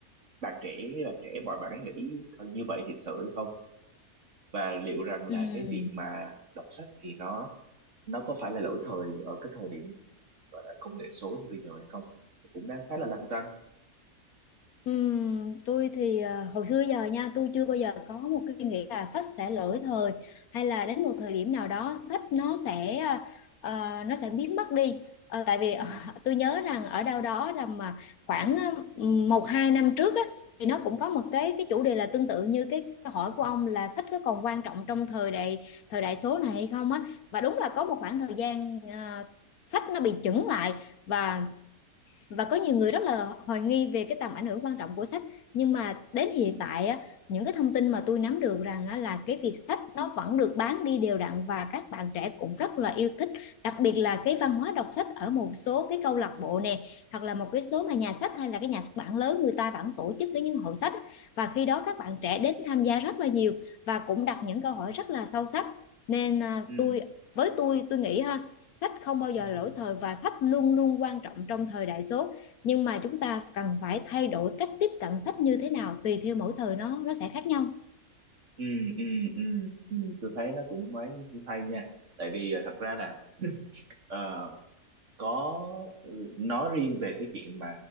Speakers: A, on the right; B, on the left.
A: bạn trẻ với bạn trẻ mọi bạn ấy nghĩ như vậy thực sự hay không và liệu rằng là
B: ừm.
A: cái việc mà đọc sách thì nó nó có phải là lỗi thời ở cái thời điểm gọi là công nghệ số như bây giờ hay không Nó cũng đang khá là lăn tăn
B: Ừm, tôi thì ờ, hồi xưa giờ nha tôi chưa bao giờ có một cái nghĩ là sách sẽ lỗi thời hay là đến một thời điểm nào đó sách nó sẽ ờ, nó sẽ biến mất đi Ờ, tại vì ờ,
A: ừ
B: <laughs> tôi nhớ rằng ở đâu đó là mà khoảng ờ, một hai năm trước á, thì nó cũng có một cái cái chủ đề là tương tự như cái câu hỏi của ông là sách có còn quan trọng trong thời đại thời đại số này hay không á và đúng là có một khoảng thời gian ờ, sách nó bị chững lại và và có nhiều người rất là hoài nghi về cái tầm ảnh hưởng quan trọng của sách nhưng mà đến hiện tại á, những cái thông tin mà tôi nắm được rằng á, là cái việc sách nó vẫn được bán đi đều đặn và các bạn trẻ cũng rất là yêu thích đặc biệt là cái văn hóa đọc sách ở một số cái câu lạc bộ nè hoặc là một cái số mà nhà sách hay là cái nhà xuất bản lớn người ta vẫn tổ chức cái những hội sách và khi đó các bạn trẻ đến tham gia rất là nhiều và cũng đặt những câu hỏi rất là sâu sắc nên à,
A: ừ
B: tôi với tôi tôi nghĩ ha sách không bao giờ lỗi thời và sách luôn luôn quan trọng trong thời đại số nhưng mà chúng ta cần phải thay đổi cách tiếp cận sách như thế nào tùy theo mỗi thời nó nó sẽ khác nhau
A: ừ ừ ừ ừ. tôi thấy nó cũng mấy hay nha tại vì à, thật ra là <laughs> ờ, có ừ, nói riêng về cái chuyện mà